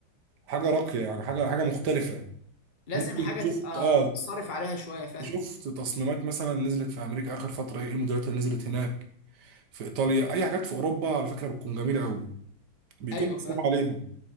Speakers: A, on the right (about 55°); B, on the left (about 45°).
A: حاجه راقيه يعني حاجه حاجه مختلفه انت
B: لازم
A: ممكن
B: حاجه
A: تشوف
B: تبقى
A: اه
B: صارف عليها شويه فاهم
A: شفت تصميمات مثلا نزلت في امريكا اخر فتره ايه الموديلات اللي نزلت هناك في ايطاليا اي حاجات في اوروبا على فكره بتكون جميله قوي بيكون
B: ايوه فاهم
A: مصروف عليهم